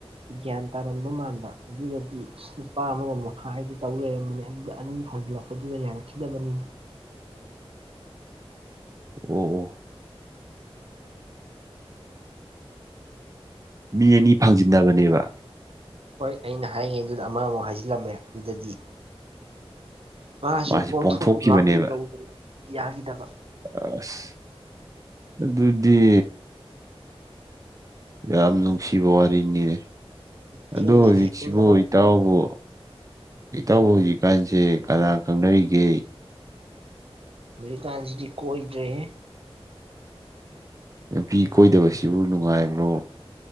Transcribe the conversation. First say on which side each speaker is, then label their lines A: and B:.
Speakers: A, on the right; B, on the right.
A: ꯒ꯭ꯌꯥꯟ ꯇꯥꯔꯗꯧ ꯃꯥꯟꯕ ꯑꯗꯨꯒꯗꯤ ꯅꯨꯄꯥ ꯑꯃꯒ ꯃꯈꯥꯏꯗꯨ ꯇꯧ ꯂꯩꯔꯝꯃꯤꯅꯦ ꯑꯗꯨꯗ ꯑꯅꯤ ꯐꯪꯖꯤꯜꯂꯛꯄꯗꯨꯗ ꯌꯥꯔꯛꯈꯤꯗꯕꯅꯤ
B: ꯑꯣ ꯑꯣ ꯃꯤ ꯑꯅꯤ ꯐꯪꯖꯤꯟꯅꯕꯅꯦꯕ
A: ꯍꯣꯏ ꯑꯩꯅ ꯍꯥꯏꯔꯤꯉꯩꯗꯨꯗ ꯑꯃ ꯑꯃꯨꯛ ꯍꯥꯏꯖꯤꯜꯂꯝꯃꯦ ꯑꯗꯨꯗꯗꯤ ꯃꯥꯁꯨ
B: ꯃꯥꯁꯦ
A: ꯄꯣꯡꯊꯣꯛꯀꯨꯝ
B: ꯄꯣꯡꯊꯣꯛꯈꯤꯕꯅꯦꯕ
A: ꯂꯥꯛꯀꯨꯝ ꯇꯧꯗꯅ ꯌꯥꯈꯤꯗꯕ
B: ꯑꯁ ꯑꯗꯨꯗꯤ ꯌꯥꯝ ꯅꯨꯡꯁꯤꯕ ꯋꯥꯔꯤꯅꯤꯅꯦ
A: ꯑꯩꯉꯣꯟꯗꯗꯤ
B: ꯑꯗ ꯍꯧꯖꯤꯛꯁꯤꯕꯨ
A: ꯌꯥꯅꯤꯡꯉꯕ
B: ꯏꯇꯥꯎꯕꯨ ꯏꯇꯥꯎꯕꯨ ꯍꯧꯖꯤꯛꯀꯥꯟꯁꯦ ꯀꯅꯥ ꯈꯪꯅꯔꯤꯒꯦ
A: ꯍꯧꯖꯤꯛꯀꯥꯟꯁꯤꯗꯤ ꯀꯣꯏꯗ꯭ꯔꯦꯌꯦ
B: ꯅꯨꯄꯤ ꯀꯣꯏꯗꯕꯁꯤꯕꯨ ꯅꯨꯡꯉꯥꯏꯕ꯭ꯔꯣ